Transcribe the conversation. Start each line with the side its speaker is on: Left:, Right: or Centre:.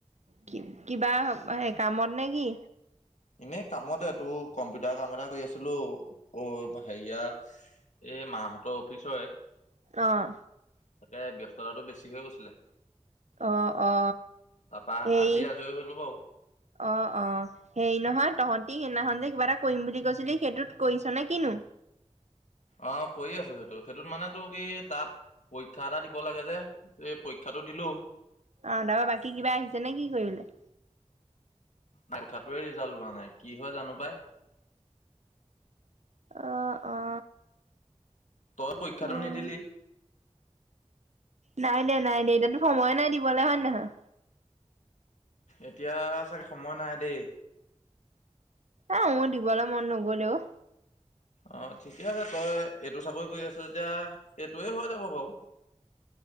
Right: কি কিবা হে কামত নে কি?
Left: এনেই কামতে তোৰ কম্পিউটাৰ কাম এটা কৰি আছিলো অ হেয়া- এই মাহঁতৰ অফিচয়।
Right: অঁহ।
Left: তাতে ব্যস্ততাটো বেছি হৈ গৈছিলে।
Right: অ অ
Left: তাৰপা
Right: সেই
Left: আজি আজৰি হ'লো বাৰু।
Right: অ অ। হেৰি নহয় তহঁতি সেইনাখন যে কিবা এটা কইম বুলি কৈছিলি সেইটোত কৰিছ নে কিনো?
Left: অঁহ কই আছো সেইটো সেইটোত মানে তো কি তাত পৰীক্ষা এটা দিব লাগে যে এই‌ পৰীক্ষাটো দিলো।
Right: অহ তাৰপা বাকী কিবা আহিছে নে কি কৰিবলে?
Left: নাই কুঠাটোৱে ৰিজাল্ট ওলোৱা নাই কি হয় জানো পাই।
Right: অ অ
Left: তই পৰীক্ষাটো
Right: অ'।
Left: নিদিলি?
Right: নাই দিয়া নাই দিয়া এতিয়াতো সময়ে নাই দিবলে হয় নে নহয়।
Left: এতিয়া চাগে সময় নাই দেই।
Right: এ মোৰ দিবলে মন ন গ'লেও।
Left: অ ঠিকে আছে তই এইটো চাকই কৰি আছ যেতিয়া এইটোয়ে হৈ যাব বাউ।